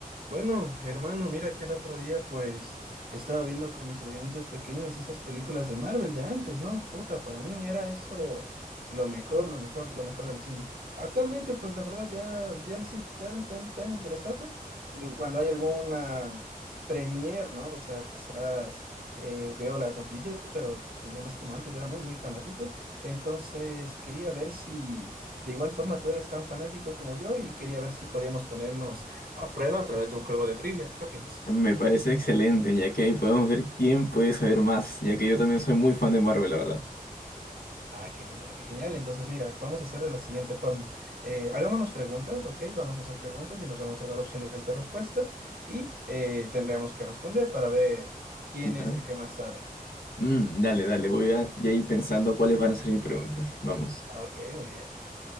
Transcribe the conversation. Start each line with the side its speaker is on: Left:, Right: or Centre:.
Right: Bueno, hermano, mira que el otro día pues estaba viendo con mis sobrinitos pequeños esas películas de Marvel de antes, ¿no? Puta, para mí era eso lo mejor, lo mejor, lo mejor del cine. Actualmente pues la verdad ya, ya no estoy tan, tan, tan interesado. Digo, cuando hay alguna premier, ¿no? O sea, quizás eh, veo las noticias, pero ya no es como antes, yo era muy, muy fanático. Entonces quería ver si de igual forma tú eres tan fanático como yo y quería ver si podíamos ponernos a prueba a través de un juego de trivia. ¿Qué opinas?
Left: Me parece excelente, ya que ahí podemos ver quién puede saber más, ya que yo también soy muy fan de Marvel, la verdad.
Right: Ah, qué genial, qué genial. Entonces, mira, vamos a hacer de la siguiente forma. Eh, hagámonos preguntas, ¿ok? Vamos a hacer preguntas y nos vamos a dar opciones de respuesta y eh, tendremos que responder para ver quién
Left: Claro.
Right: es el que más sabe.
Left: Mm, dale,
Right: ¿Es-
Left: dale, voy
Right: ¿Sí?
Left: a ya ir pensando cuáles van a ser mis preguntas. Vamos.
Right: Ah, Ok, muy bien, muy bien.